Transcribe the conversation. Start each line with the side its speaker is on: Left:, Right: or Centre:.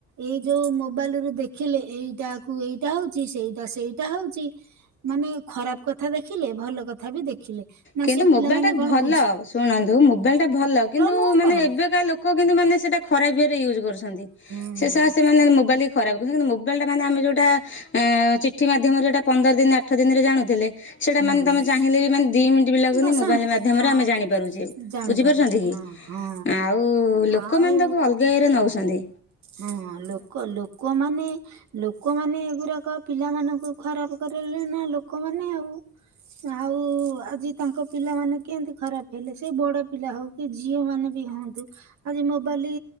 Right: ଏଇ ଯୋଉ ମୋବାଲି ରୁ ଦେଖିଲେ ଏଇଟା କୁ ଏଇଟା ହୋଉଛି ସେଇଟା ସେଇଟା ହୋଉଛି। ମାନେ ଖରାପ କଥା ଦେଖିଲେ ଭଲ କଥା ବି ଦେଖିଲେ ନା
Left: କିନ୍ତୁ
Right: ସେ
Left: ମୋବାଇଲ
Right: ପିଲାମାନେ
Left: ଟା
Right: କଣ
Left: ଭଲ
Right: ବୁଝି
Left: ଶୁଣନ୍ତୁ ମୋବାଇଲ୍ ଟା ଭଲ କିନ୍ତୁ
Right: ନୁହଁ
Left: ମାନେ
Right: କଣ
Left: ଏବେ କା ଲୋ ଲୋକ କିନ୍ତୁ ମାନେ ସେଟା ଖରାପ୍ ଇଏ ରେ ୟୁଜ କରୁଛନ୍ତି।
Right: ହୁଁ
Left: ସେ ସା ସେମାନେ ମୋବାଇଲି ଖରାପ କୁ କିନ୍ତ ମୋବାଇଲ୍ ଟା ମେ ଆମେ ଯଉଟା ଚିଠି ମାଧ୍ୟମରେ ଯଉଟା ପନ୍ଦର ଦିନ ଆଠ ଦିନରେ ଜାଣୁଥିଲେ ସେଇଟା
Right: ହୁଁ।
Left: ମାନେ ତମେ ଚାହିଁଲେ ମାନେ ଦି ମି ବି ଲାଗୁନି
Right: ଦଶ
Left: ମୋବାଇଲ୍ ମାଧ୍ୟମରେ
Right: ହଁ
Left: ଆମେ ଜାଣି ପାରୁଚେ
Right: ଜାଣିପାରୁଛି
Left: ବୁଝିପାରୁଛନ୍ତି କି
Right: ହଁ ହଁ
Left: ଆଉ ଲୋ ଲୋକମାନେ
Right: ଆଉ
Left: ତାକୁ ଅଲଗା ଇଏ ରେ ନୋଉଛନ୍ତି।
Right: ହଁ ଲୋକ ଲୋକମାନେ ଲୋକମାନେ ଏଗୁରାକ ପିଲାମାନଙ୍କୁ ଖରାପ କରେଇଲେନା ଲୋକେମାନେ ଆଉ। ଆଉ ଆଜି ତାଙ୍କ ପିଲାମାନେ କେଁତି ଖରାପ୍ ହେଲେ ସେ ବଡ଼ପିଲା ହୋଉ। ସେ ଝିଅ ମାନେ ବି ହୋନ୍ତୁ। ଆଜି ମୋବାଲି